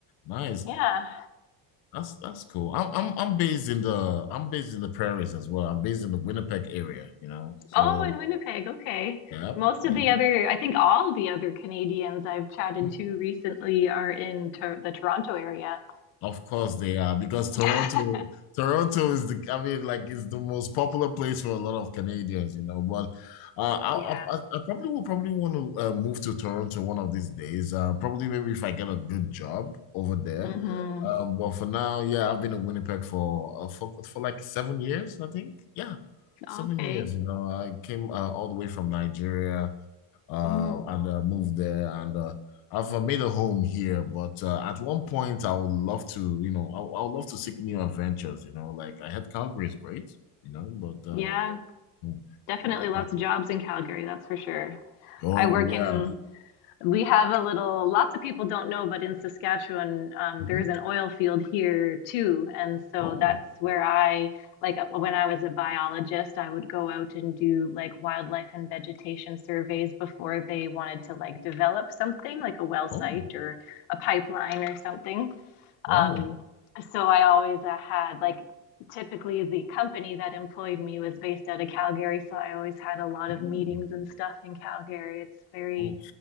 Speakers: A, on the left; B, on the left.
A: nice.
B: Yeah.
A: That's that's cool. I'm I'm I'm based in the I'm based in the prairies as well. I'm based in the Winnipeg area, you know. So
B: Oh, in Winnipeg. Okay.
A: yeah,
B: Most
A: yeah.
B: of the other, I think all the other Canadians I've chatted
A: Hmm?
B: to recently are in Tor the Toronto area.
A: Of course they are because
B: <laughs>
A: Toronto, Toronto is the, I mean, like it's the most popular place for a lot of Canadians, you know. But uh, I,
B: Yeah.
A: I, I probably will probably want to uh, move to Toronto one of these days. Uh, probably maybe if I get a good job over there.
B: hmm
A: Um, but for now, yeah, I've been in Winnipeg for uh, for for like seven years, I think. Yeah, seven
B: Okay.
A: years. You know, I came uh, all the way from Nigeria uh,
B: Mm,
A: and uh, moved there. And uh, I've uh, made a home here, but uh, at one point I would love to, you know, I, I would love to seek new adventures. You know, like I had Calgary is great, you know, but uh,
B: yeah,
A: mm,
B: definitely lots
A: uh,
B: of jobs in Calgary, that's for sure.
A: oh
B: I work
A: yeah,
B: in, we have a little, lots of people don't know, but in Saskatchewan, um,
A: Mhm.
B: there's an oil field here too. And so
A: oh
B: that's where I, like uh, when I was a biologist, I would go out and do like wildlife and vegetation surveys before they wanted to like develop something like a well site
A: oh
B: or a pipeline or something.
A: wow,
B: Um, so I always uh, had like typically the company that employed me was based out of Calgary, so I always had a lot of
A: oh,
B: meetings and stuff in Calgary. It's very,
A: oh